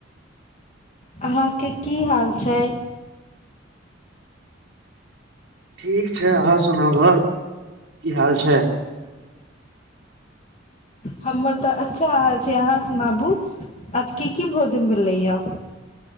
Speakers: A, on the left; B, on the right.
A: अहाँके की हाल छै
B: ठीक छै अहाँ सुनाबह की हाल छै
A: हमर तऽ अच्छा हाल छै अहाँ सुनाबू आज के की भोजन भेलै य